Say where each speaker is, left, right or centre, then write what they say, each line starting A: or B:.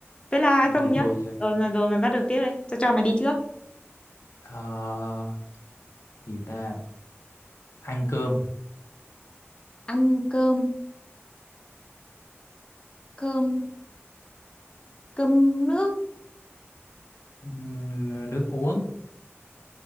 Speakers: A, on the left; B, on the left.
A: Thế là hai
B: Em
A: không
B: chịu
A: nhá.
B: thua chứ.
A: Rồi mà rồi mày bắt đầu tiếp đây, tao cho mày đi trước.
B: Ờ, gì ta? Ăn cơm,
A: Ăn cơm, cơm, cơm nước,
B: ừm, ờ, nước uống.